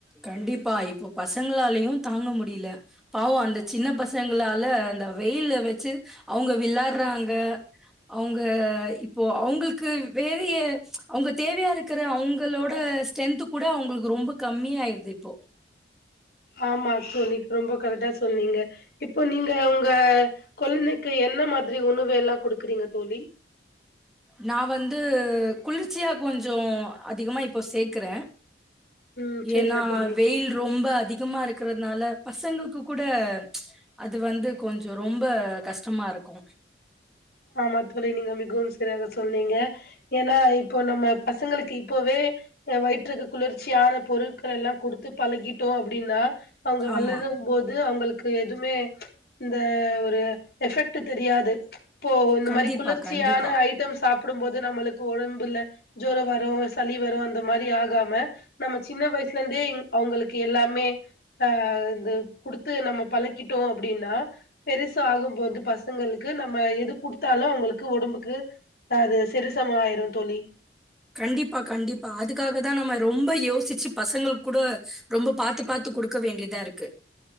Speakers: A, in the centre; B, on the left.
A: கண்டிப்பா, இப்போ பசங்களாலயு தாங்க முடியில பாவோ அந்த சின்ன பசங்களால அந்த வெயில் வச்சு அவுங்க விளாட்றாங்க அவுங்க இப்போ அவங்ளுக்கு வேற எ அவங்க தேவையா இருக்குற அவுங்களோட ஸ்ரென்த்கூட அவுங்களுக்கு ரொம்ப கம் மியாயிருது இப்போ
B: ஆமா தோழி ரொம்ப கரெக்டா சொன்னீங்க இப்ப நீங்க உங் க கொழந்தைக்கு என்ன மா திரி உணவு எல்லா குடுக்குறீங்க தோழி
A: நா வந்து குளிர்ச்சியா கொஞ்சோ அதிகமா இப் ப சேக்கறே
B: ம் செரிங்க
A: ஏன்னா
B: தோழி
A: வெயில் ரொம்ப அதிகமா இருக்கிறதுனால பசங்களுக்கு கூட அது வந்து கொஞ்சோ ரொம்ப கஷ்டமா இருக்கு
B: ஆமா தோழி நீங்க மிகவும் சரியாக சொன்னீங்க ஏன்னா இப்போ நம்ம பசங்களுக்கு இப்பவே வயிற்றுக்கு குளிர்ச்சியான பொருட்கள் எல்லா குடுத்து பழகிட்டோ அப்டின்னா அவங்க
A: ஆமா.
B: வளரும் போது அவங்களுக் கு எதுவுமே இந்த ஒரு எஃபெக்ட் தெரியாது இப்போ இந்த
A: கண்டிப்பா,
B: மாரி குளிர்ச்சியான
A: கண்டிப்பா.
B: ஐட்டம் சாப் டும்போது நம்மளுக் கு ஒடம்புல ஜோரோ வரு சளி வரு அந்த மாரி ஆகாம நம்ம சின்ன வயசுல இருந்தே அவுங்களுக்கு எல்லாமே ஆ இந்த குடுத்து நம்ம பழக்கிட்டோ அப்டின்னா பெருசு ஆகும்போது பசங்களுக்கு நம் ம எது குடுத்தாலு அவுங்களுக்கு ஒடம்புக்கு அது செரிசம ஆயிரு தோழி
A: கண்டிப்பா கண்டிப்பா அதுக்காக தா நம்ம ரொம்ப யோசிச்சி பசங்களுக்கு கூட ரொம்ப பாத்து பாத்து குடுக்க வேண்டிதா இருக்கு